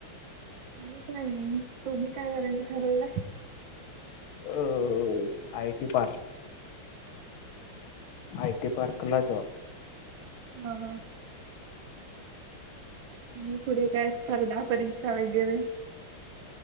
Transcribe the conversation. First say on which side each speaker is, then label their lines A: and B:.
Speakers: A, on the right (about 70°); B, on the left (about 70°).
A: आणिच नाही नाही तुम्ही काय करायचं ठरवला
B: अ I T park I T park कला जॉक
A: ह ह आणि पुढे काय स्पर्धा परीक्षा वगैरे